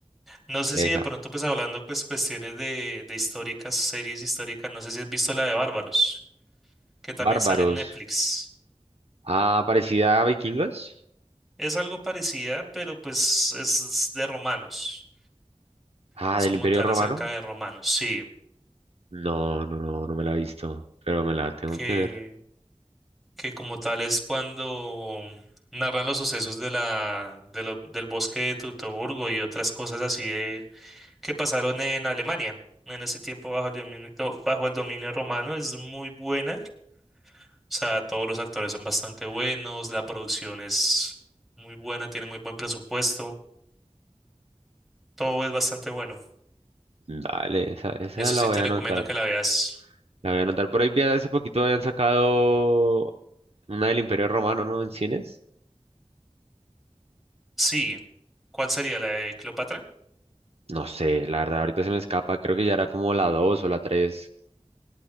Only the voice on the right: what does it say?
Esa.
Bárbaros.
Ah, parecida a Vikingos.
Ah,
del
Imperio
Romano.
No, no, no, no me la he visto, pero me la tengo
que ver.
Dale, esa, esa
la
voy
a
anotar.
La voy a anotar. Por ahí vi hace poquito habían sacado una del Imperio Romano, ¿no? En cines.
No sé, la verdad, ahorita se me escapa. Creo que ya era como la 2 o la tres